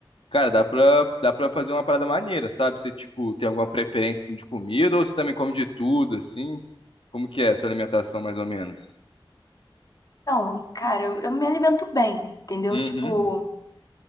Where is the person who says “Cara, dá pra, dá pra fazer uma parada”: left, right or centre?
Left